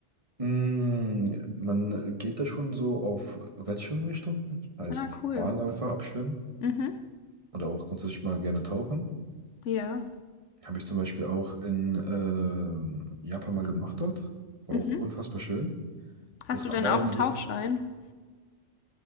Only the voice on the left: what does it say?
Ah, cool.
Mhm.
Ja.
Mhm.
Hast
du
dann auch einen Tauchschein?